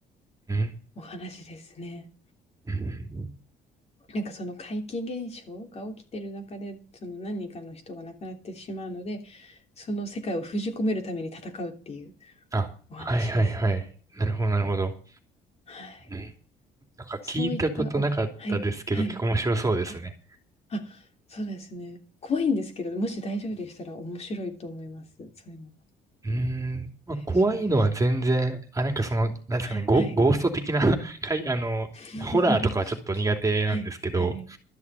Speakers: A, on the right; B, on the left.
A: うん。
B: お話ですね。
A: うん
B: なんかその怪奇現象が起きてる中でその何人かの人が亡くなってしまうのでその世界を封じ込めるために戦うっていう
A: あ、
B: お話です。
A: はいはいはい。なるほどなるほど。
B: はい
A: うん。なんか聞いたことなかったですけど、
B: そういったおははい、はい。
A: 結構面白そうですね。
B: あ、あ、そうですね。怖いんですけど、もし大丈夫でしたら面白いと思います、そういうのが。
A: うーん。まあ、
B: 大丈夫でし
A: 怖いのは全然、あ、なんかその、なんですかね、
B: た。はいはい。
A: ゴ、ゴースト的な <laughs> かい、あの、
B: <laughs>
A: ホラーとかはちょっと苦手なんですけど、
B: はいはい。